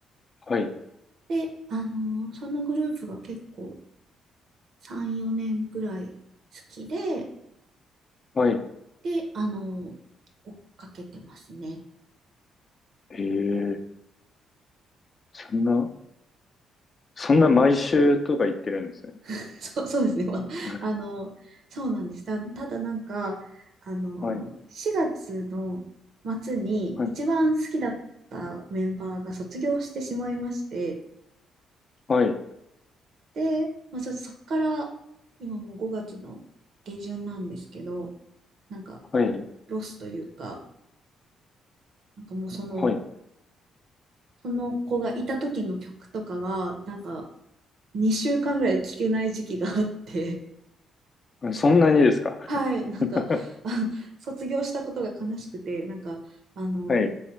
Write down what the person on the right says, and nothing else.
で、あのーそのグループが結構3、4年ぐらい好きで、
で、あのー追っかけてますね。
<laughs> そう、そうですね。まあ、
あの、そうなんです。た、ただなんか、あの、
4月の末に一番好きだったメンバーが卒業してしまいまして、
で、まあ、ちょっとそこから、今もう5月の下旬なんですけど、なんか、
ロスというか、なんかもうその、
その子がいた時の曲とかが、なんか、2週間ぐらい聴けない時期があって、
はい、<laughs> なんか、
あの、<laughs> 卒業したことが悲しくて、なんか、あの、